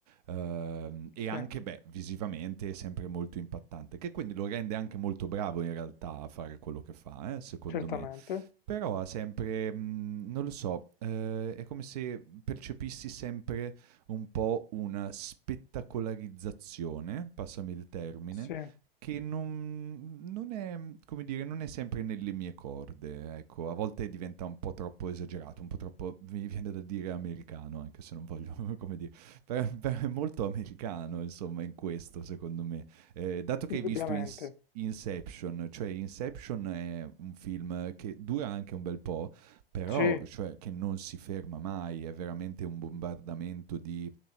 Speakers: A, on the right; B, on the left.
A: ehm, e
B: sì,
A: anche, beh, visivamente è sempre molto impattante, che quindi lo rende anche molto bravo in realtà a fare quello che fa, eh, secondo
B: certamente,
A: me. Però ha sempre, mhmm, non lo so, ehm, è come se percepissi sempre un po' una spettacolarizzazione, passami il termine,
B: sì,
A: che non non è come dire, non è sempre nelle mie corde, ecco. A volte diventa un po' troppo esagerato, un po' troppo mi viene da dire americano, anche se non voglio <laughs> come dire, però però è molto americano insomma in questo secondo me. Ehm, dato che
B: indubbiamente,
A: hai visto in s Inception, cioè Inception è un film che dura anche un bel po', però
B: sì.
A: cioè, che non si ferma mai, è veramente un bombardamento di